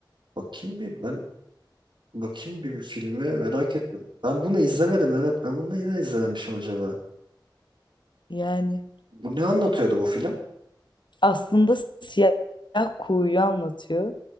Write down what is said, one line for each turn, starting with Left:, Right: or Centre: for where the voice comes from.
Right: Bakayım bir ben bakayım bir, bir filme merak ettim. Ben bunu izlemedim evet. Ben bunu neden izlememişim acaba?
Left: Yani
Right: Bu ne anlatıyordu bu film?
Left: aslında siyah kuğuyu anlatıyor.